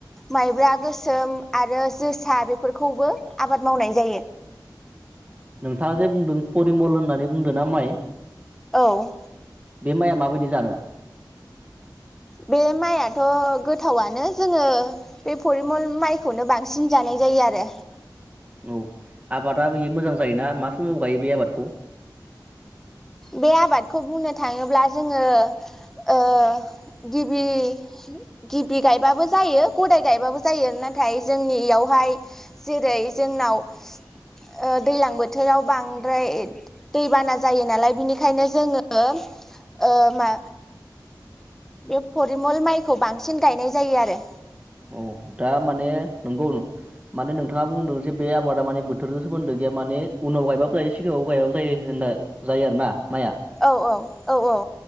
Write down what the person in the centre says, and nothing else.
माइब्रा गोसोम, आरो जोसा बेफोरखौबो आबाद मावनाय जायो।
औ।
बे माइआथ गोथावानो जोङो बे फरिमल माइखौनो बांसिन जानाय जायो आरो।
बे आबादखौ बुंनो थाङोब्ला जोङो ओ गिबि गिबि गायबाबो जायो गदाय गायबाबो जायो नाथाय जोंनि इयावहाय जेरै जोंनाव ओ दैलां बोथोराव बांद्राय दैबाना जायो नालाय बिनिखायनो जोङो ओ मा बे फरिमल माइखौ बांसिन गायनाय जायो आरो।
औ औ औ औ।